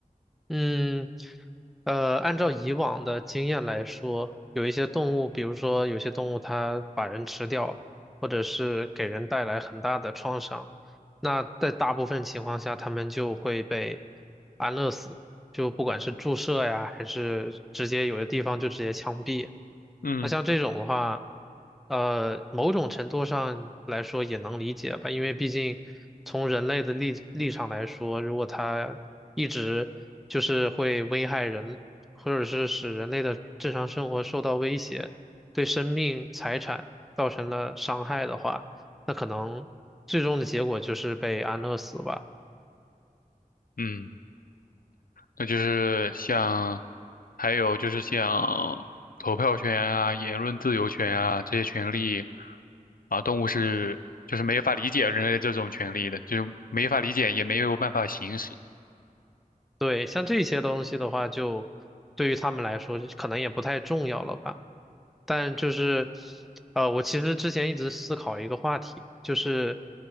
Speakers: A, in the centre; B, on the left.
A: 嗯，呃，按照以往的经验来说，有一些动物，比如说有些动物它把人吃掉，或者是给人带来很大的创伤，那在大部分情况下，它们就会被安乐死，就不管是注射呀，还是直接有的地方就直接枪毙。
B: 嗯
A: 那像这种的话，呃，某种程度上来说也能理解吧，因为毕竟从人类的立立场来说，如果它一直就是会危害人，或者是使人类的正常生活受到威胁，对生命财产造成了伤害的话，那可能最终的结果就是被安乐死吧。
B: 嗯。那就是像，还有就是像投票权啊、言论自由权啊这些权利啊，动物是就是没法理解人类这种权利的，就是没法理解，也没有办法行使。
A: 对，像这些东西的话，就对于他们来说，就可能也不太重要了吧。但就是，呃，我其实之前一直思考一个话题，就是，